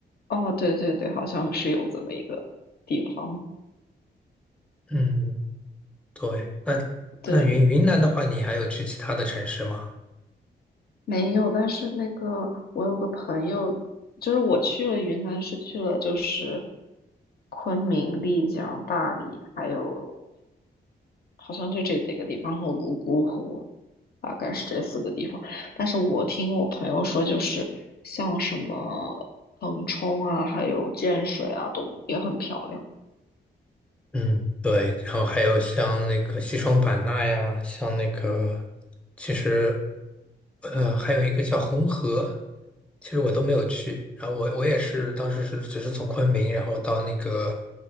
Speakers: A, on the left; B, in the centre.
A: 哦对对对，好像是有这么一个地方。
B: 嗯，对。那那云云南的话，
A: 对，
B: 你还有去其他的城市吗？
A: 没有，但是那个我有个朋友，就是我去了云南，是去了就是昆明、丽江、大理，还有好像就这几个地方，和泸沽湖。大概是这四个地方。但是我听我朋友说，就是像什么腾冲啊，还有建水啊，都也很漂亮。
B: 嗯，对，然后还有像那个西双版纳呀，像那个，其实，呃，还有一个叫红河，其实我都没有去。然后我我也是当时是只是从昆明，然后到那个，